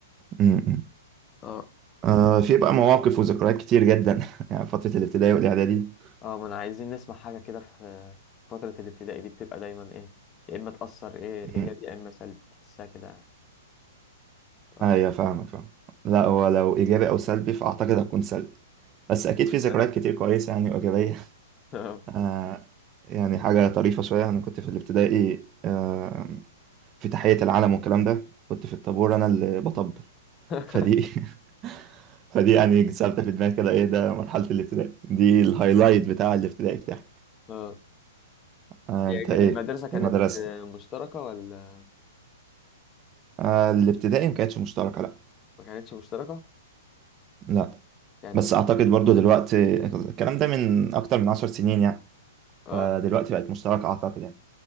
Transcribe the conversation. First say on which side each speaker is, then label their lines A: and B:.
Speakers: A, on the right; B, on the left.
A: امم
B: اه
A: آه في بقى مواقف وذكريات كتير جدا <laughs> يعني فترة الابتدائي والإعدادي
B: اه ما أنا عايزين نسمع حاجة كده في فترة الابتدائي دي بتبقى دايما إيه يا إما تأثر إيه إيجابي
A: امم
B: يا إما سلبي تحسها كده اه
A: أيوة فاهمك فاهم لا ولو إيجابي أو سلبي فأعتقد هتكون سلبي بس أكيد
B: <laughs>
A: في ذكريات كتير كويسة يعني وإيجابية <laughs>
B: اه
A: آه يعني حاجة طريفة شوية أنا كنت في الابتدائي آه في تحية العلم والكلام ده كنت في الطابور أنا اللي بطبل
B: <laughs>
A: فدي <laughs> فدي يعني ثابتة في دماغي كده ايه ده مرحلة الابتدائي دي الهايلايت بتاع الابتدائي بتاعي
B: اه
A: آه
B: هي
A: انت ايه
B: المدرسة كانت
A: المدرسة
B: آه، مشتركة ولا
A: آه الابتدائي ما كانتش مشتركة لا
B: ما كانتش مشتركة؟
A: لا
B: يعني
A: بس اعتقد برضو دلوقتي الكلام ده من اكتر من عشر سنين يعني فدلوقتي
B: اه اه
A: بقت مشتركة اعتقد يعني